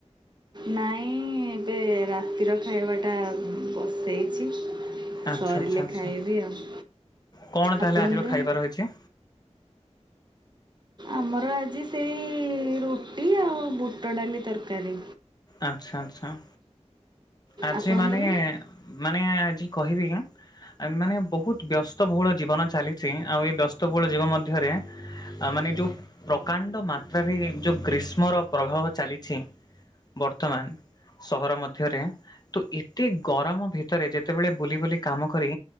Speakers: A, on the right; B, on the left.
A: ନାଇଁ ଏବେ ରାତିର ଖାଇବାଟା ବସେଇଚି
B: ଆଚ୍ଛା
A: ସରିଲେ
B: ଆଚ୍ଛା ଆଚ୍ଛା।
A: ଖାଇବି ଆଉ।
B: କଣ ତାହେଲେ
A: ଆପଣଙ୍କର?
B: ଆଜିର ଖାଇବା ରହିଛି।
A: ଆମର ଆଜି ସେଇ ରୁଟି ଆଉ ବୁଟ ଡାଲି ତରକାରୀ।
B: ଆଚ୍ଛା ଆଚ୍ଛା। ଆଜି
A: ଆପଣଙ୍କର?
B: ମାନେ ମାନେ ଆଜି କହିବି ଏ ମାନେ ବୋହୁତ ବ୍ୟସ୍ତ ଭୋହୁଳ ଜୀବନ ଚାଲିଛି ଆଉ ଏ ବ୍ୟସ୍ତ ଭୋହୁଳ ଜୀବ ମଧ୍ୟରେ ଆ ମାନେ ଯୋଉ ପ୍ରକାଣ୍ଡ ମାତ୍ରାରେ ଯୋଉ ଗ୍ରୀଷ୍ମର ପ୍ରଭାବ ଚାଲିଛି। ବର୍ତ୍ତମାନ ସହର ମଧ୍ୟରେ ତ ଏତେ ଗରମ ଭିତରେ ଯେତେବେଳେ ବୁଲି ବୁଲି କାମ କରି